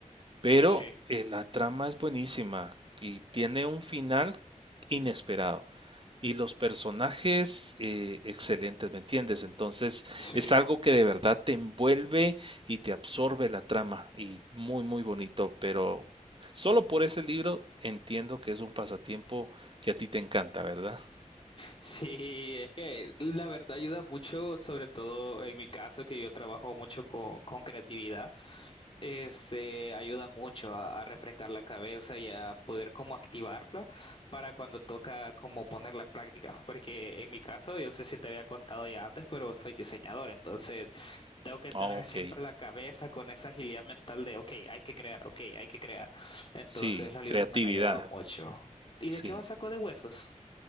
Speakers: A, on the right; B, on the left.
A: pero
B: Sí,
A: eh, la trama es buenísima y tiene un final inesperado. Y los personajes eh, excelentes, ¿me entiendes? Entonces
B: sí.
A: es algo que de verdad te envuelve y te absorbe la trama y muy, muy bonito, pero solo por ese libro entiendo que es un pasatiempo que a ti te encanta, ¿verdad?
B: Sí, es que la verdad ayuda mucho, sobre todo en mi caso, que yo trabajo mucho con, con creatividad. Este ayuda mucho a, a refrescar la cabeza y a poder como activarla para cuando toca como ponerla en práctica. Porque en mi caso, yo no sé si te había contado ya antes, pero soy diseñador, entonces tengo que tener
A: Ah, ok,
B: siempre la cabeza con esa agilidad mental de, ok, hay que crear, ok, hay que crear. Entonces
A: sí,
B: los libros
A: creatividad,
B: me han ayudado mucho. ¿Y
A: sí.
B: de qué va Saco de Huesos?